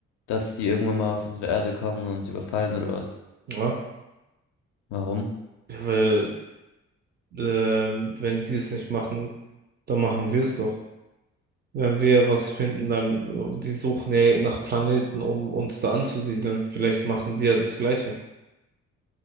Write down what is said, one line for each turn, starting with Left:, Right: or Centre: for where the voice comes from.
Left: dass die irgendwann mal auf unsere Erde kommen und überfallen oder was?
Right: Ja,
Left: Warum?
Right: weil ähm, wenn die es nicht machen, dann machen wir es doch. Wenn wir was finden, dann, äh, die suchen ja nach Planeten, um uns da anzusiedeln. Vielleicht machen die ja das Gleiche.